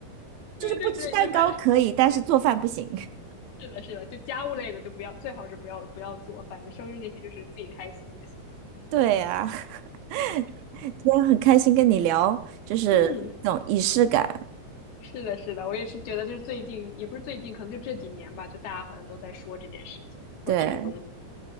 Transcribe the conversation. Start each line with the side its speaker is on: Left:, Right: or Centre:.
Right: 就是不吃蛋糕可以，
Left: 对对对，就反正 <laughs>
Right: 但是做饭不行。<laughs>
Left: 是的，是的，就家务类的就不要，最好是不要不要做。反正生日那天就是自己开心就行。
Right: 对啊，<laughs> 今天很开心跟你聊，就是这种仪式感。
Left: 嗯，是的，是的，我也是觉得，就是最近，也不是最近，可能就这几年吧，就大家好像都在说这件事情或者这个东西。
Right: 对